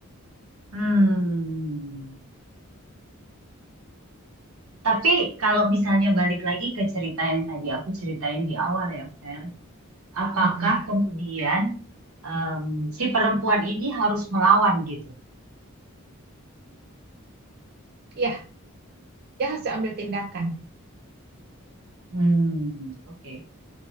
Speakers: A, on the right; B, on the right.
A: Hmm. Tapi kalau misalnya balik lagi ke cerita yang tadi aku ceritain di awal ya, Fer, apakah
B: Mm-mm.
A: kemudian em, si perempuan ini harus melawan gitu?
B: Ya, dia harus ambil tindakan.
A: Hmm, oke.